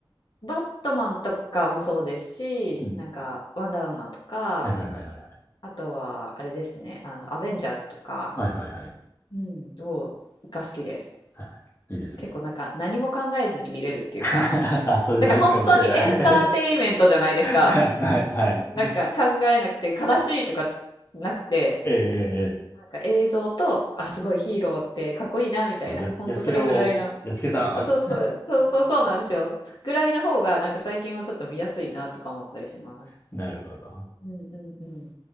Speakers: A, on the left; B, on the left.
A: バットマンとかもそうですしなんかワンダーウーマンとか
B: うん。はいはいはいはいはい。
A: あとはあれですねあのアベンジャーズとか、
B: はいはいはい。
A: うん、をが好きです。
B: はいいいですね。
A: 結構なんか何も考えずに見れるっていうか、
B: <laughs> あ、それ大事かもしれない。
A: なんか本当にエンターテインメントじゃないですか。
B: <laughs> はいはいはい。
A: なんか考えなくて悲しいとかなくて、
B: ええ、ええ、え
A: なんか映像と、あ、すごいヒーローってかっこいいなみたいな、
B: えや、
A: ほんとそれぐらいの、
B: やっつけろ、やっつけた。
A: あそうそう、そうそうそうなんですよ。ぐらいの方がなんか最近はちょっと見やすいなとか思ったりします。
B: <laughs> なるほど。
A: うんうんうん。